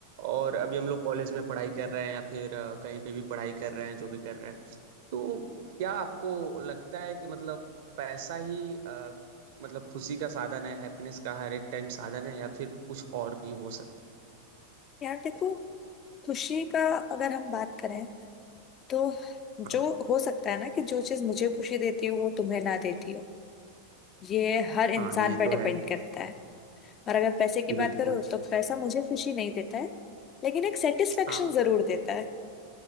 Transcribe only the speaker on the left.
यार देखो खुशी का अगर हम बात करें तो जो
हो सकता है ना कि जो चीज मुझे खुशी देती हो वो तुम्हें ना देती हो ये हर इंसान
पर
डिपेंड
करता है और अगर पैसे की
बात करो तो पैसा मुझे खुशी नहीं देता है लेकिन एक सेटिस्फेक्शन
जरूर देता है